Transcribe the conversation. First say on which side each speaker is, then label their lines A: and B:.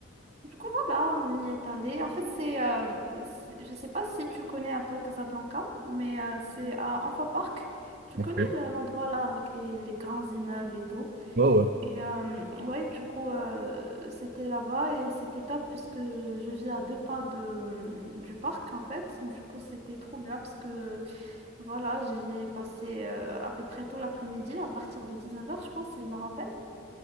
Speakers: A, on the right; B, on the right.
A: Du coup, voilà, on y est allé. En fait, c'est, euh, c'est- je sais pas si tu connais un peu Casablanca, mais euh, c'est à Anfa Park. Tu
B: Ok.
A: connais le- l'endroit là avec les, les grands immeubles et tout.
B: Ouais, ouais.
A: Et euh, ouais, du coup, euh, c'était là-bas et c'était top puisque je vis à deux pas de, du parc en fait. Du coup, c'était trop bien parce que. Voilà, j'y ai passé euh, à peu près tout l'après-midi, à partir de 19h, je pense, il me rappelle.